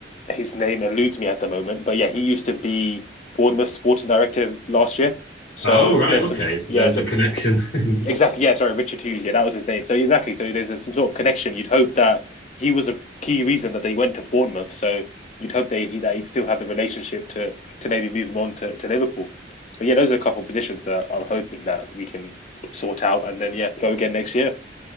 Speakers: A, on the left; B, on the left.
A: his name eludes me at the moment, but yeah, he used to be Bournemouth sporting director last year. So
B: Oh right,
A: there's
B: okay.
A: some
B: So
A: yeah,
B: there's
A: so
B: the connection. <laughs>
A: Exactly. Yeah. Sorry, Richard Hughes. Yeah, that was his name. So exactly. So there's some sort of connection. You'd hope that he was a key reason that they went to Bournemouth. So you'd hope they he, that he'd still have the relationship to to maybe move him on to, to Liverpool. But yeah, those are a couple of positions that I'm hoping that we can sort out and then yeah go again next year.